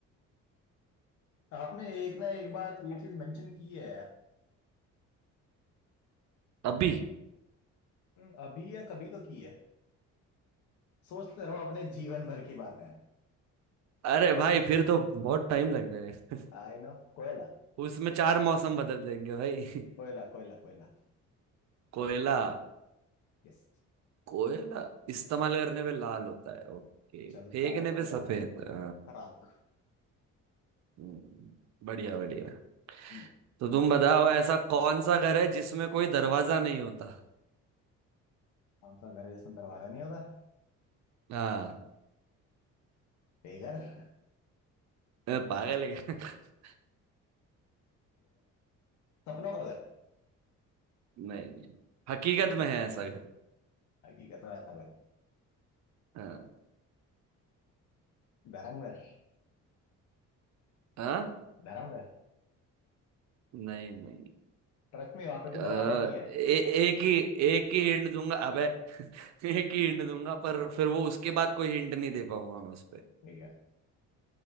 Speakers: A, on the left; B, on the right.
A: आपने एक ना एक बार ये चीज मेंशन की है
B: अभी
A: हम्म, अभी या कभी तो की है सोचते रहो अपने जीवन भर की बातें
B: अरे भाई फिर तो बहुत टाइम लग जाएगा
A: आई नो कोयला
B: उसमें चार मौसम बदल जाएंगे भाई
A: कोयला कोयला कोयला
B: <laughs> कोयला
A: यस
B: कोयला इस्तेमाल करने पे लाल होता है ओके
A: जलता
B: फेंकने
A: है तो
B: पे
A: लाल
B: सफेद अ,
A: राख
B: हम्म, बढ़िया बढ़िया
A: हम्म
B: तो तुम बताओ ऐसा कौन सा घर है जिसमें कोई दरवाजा नहीं होता
A: कौन सा घर है जिसमें दरवाजा नहीं होता
B: हाँ
A: बेघर
B: अ, पागल है क्या? <laughs>
A: सपनों का घर
B: नहीं नहीं हकीकत में है ऐसा घर
A: हकीकत में ऐसा घर
B: हाँ
A: धर्मघर
B: हाँ
A: धर्मघर
B: नहीं नहीं
A: ट्रक में वहां पे भी
B: अ,
A: दरवाजा नहीं है
B: ए, एक ही एक ही हिंट दूंगा अबे <laughs> एक ही हिंट दूंगा पर फिर वो उसके बाद कोई हिंट नहीं दे पाऊंगा मैं उस पे
A: ठीक है